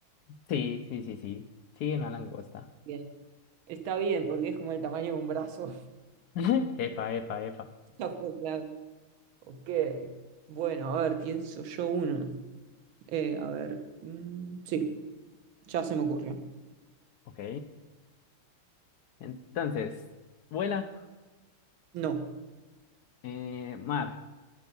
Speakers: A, on the left (about 70°); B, on the right (about 70°).
A: sí, sí, sí, sí. Sí, una langosta.
B: Bien. Está bien, porque es como el tamaño de un brazo.
A: <laughs> Epa, epa, epa.
B: <laughs> Ya fue clave. Ok. Bueno, a ver, pienso yo uno. Eh, a ver. mm, sí, ya se me ocurrió.
A: Ok. Entonces, vuela,
B: No,
A: eh, mar.